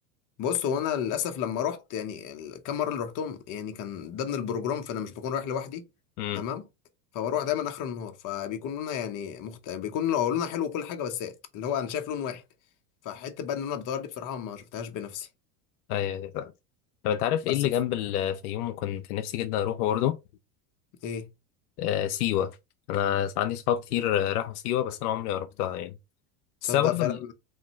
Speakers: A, on the left; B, on the left.
A: بص هو انا للاسف لما رحت يعني ال- كم مره اللي رحتهم يعني كان ضمن البروجرام فانا مش بكون رايح لوحدي
B: امم
A: تمام فبروح دايما اخر النهار فبيكون لونها يعني مخت... بيكون لو لونها حلو وكل حاجه بس اللي هو انا شايف لون واحد فحته بقى ان انا بتغير دي بصراحه ما شفتهاش بنفسي
B: ايوه أيوة، فعلا. طب انت عارف
A: بس
B: ايه اللي
A: بس
B: جنب الفيوم وكنت نفسي جدا اروحه برضه
A: ايه
B: آه سيوة انا عندي صحاب كتير آه، راحوا سيوة بس انا عمري ما رحتها يعني
A: تصدق
B: بس برضه
A: فعلا
B: ال-